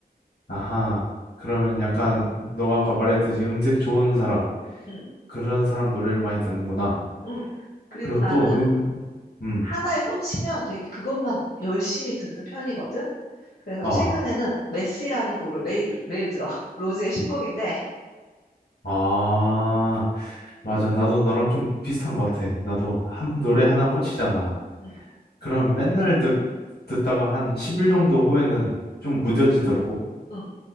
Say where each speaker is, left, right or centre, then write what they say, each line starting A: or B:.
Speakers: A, on the left; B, on the left.
A: 아하. 그러면 약간 너가 아까 말했듯이 음색 좋은 사람.
B: 응,
A: 그런 사람 노래를 많이 듣는구나.
B: 응. 그리고
A: 그리고
B: 나는
A: 또, 음, 음,
B: 하나에 꽂히면 되게 그것만 열심히 듣는 편이거든? 그래서
A: 아,
B: 최근에는 메시라는 곡을 매일, 들- 매일 들어. <laughs> 로즈의 신곡인데,
A: 아,
B: 음.
A: 맞아. 나도 너랑 좀 비슷한 것 같아. 나도 한, 노래 하나 꽂히잖아.
B: 음,
A: 그럼 맨날 듣, 듣다가 한 10일 정도 후에는 좀 무뎌지더라고.
B: 음.